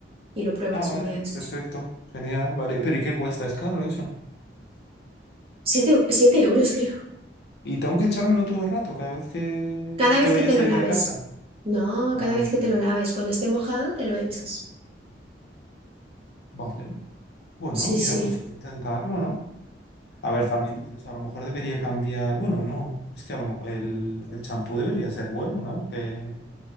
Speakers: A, on the right; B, on the left.
A: Y lo pruebas
B: Ah, vale,
A: un día de estos.
B: perfecto, genial, vale. Pero ¿y qué cuesta? Es caro eso.
A: Siete, siete euros, creo.
B: Y tengo que echármelo todo el rato, cada vez que,
A: Cada
B: que
A: vez
B: vaya
A: que te
B: a salir
A: lo laves.
B: de casa.
A: No,
B: Ah,
A: cada vez que te lo laves. Cuando esté mojado, te lo echas.
B: vale. Bueno,
A: Sí,
B: mira,
A: sí.
B: pues puedo intentarlo, ¿no? A ver, también dices, a lo mejor debería cambiar. Bueno, no. Es que a lo mo- el, el champú debería ser bueno, ¿no? El que,